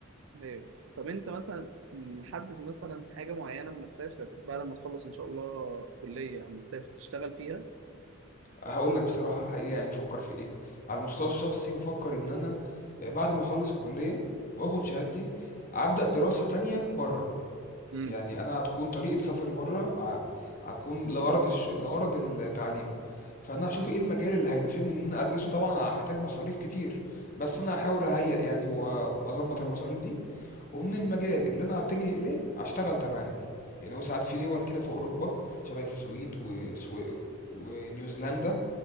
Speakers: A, on the right (about 70°); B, on the left (about 40°).
A: ايوه طب انت مثلا محدد مثلا حاجة معينة لما تسافر بعد ما تخلص ان شاء الله كلية اما تسافر تشتغل فيها
B: هقول لك بصراحة الحقيقة يعني بفكر في إيه على المستوى الشخصي بفكر إن أنا آه، بعد ما أخلص الكلية وآخد شهادتي أبدأ دراسة تانية بره
A: امم
B: يعني انا هتكون طريقه سفري بره ع- هتكون لغرض الش... لغرض التعليم فانا هشوف ايه المجال اللي هيناسبني ان انا ادرسه طبعا هحتاج مصاريف كتير بس انا هحاول اهيئ يعني واظبط المصاريف دي ومن المجال اللي انا هتجه اليه هشتغل تبعا ليه يعني هو ساعات في دول كده في اوروبا شبه السويد وسو... ونيوزيلندا